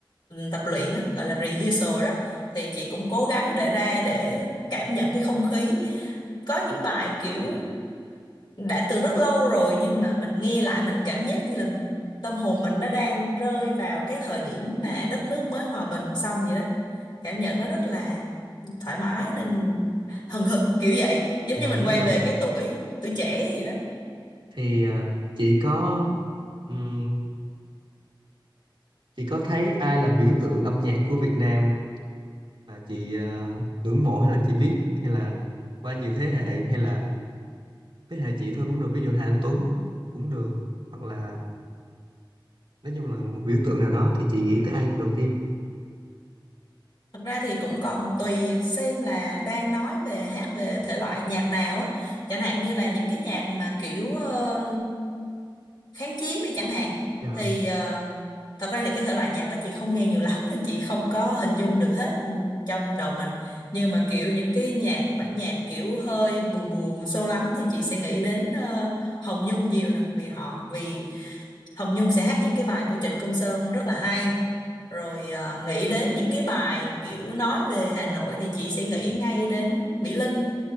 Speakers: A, on the left (about 60°); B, on the right (about 70°).
A: tập luyện á, gọi là rehearsal đó thì chị cũng cố gắng để ra để cảm nhận cái không khí có những bài kiểu đã từ rất lâu rồi nhưng mà mình nghe lại mình cảm giác như là tâm hồn mình nó đang rơi vào cái thời điểm mà đất nước mới hòa bình xong vậy đó cảm nhận nó rất là thoải mái nên hừng hực kiểu vậy giống
B: dạ
A: như mình
B: đúng
A: quay
B: rồi
A: về cái tuổi tuổi trẻ vậy đó
B: thì à, chị có ừm, chị có thấy ai là biểu tượng âm nhạc của Việt Nam mà chị à, ngưỡng mộ hay là chị biết hay là qua nhiều thế hệ hay là thế hệ chị thôi cũng được ví dụ Hà Anh Tuấn cũng được hoặc là nói chung là một biểu tượng nào đó thì chị nghĩ tới ai đầu tiên
A: Thật ra thì cũng còn tùy xem là đang nói về hát về thể loại nhạc nào á. Chẳng hạn như là những cái nhạc mà kiểu ờ, kháng chiến đi chẳng hạn.
B: dạ
A: Thì ờ, thật ra thì cái thể loại nhạc đó chị không nghe nhiều lắm nên chị không có hình dung được hết ừ, trong đầu mình. Nhưng mà kiểu những cái nhạc, bản nhạc kiểu hơi buồn buồn, sâu lắng thì chị sẽ nghĩ đến ờ, Hồng Nhung nhiều nè. Vì họ, vì Hồng Nhung sẽ hát những cái bài của Trịnh Công Sơn rất là hay rồi ờ, nghĩ đến những cái bài kiểu nói về Hà Nội thì chị sẽ nghĩ ngay đến Mỹ Linh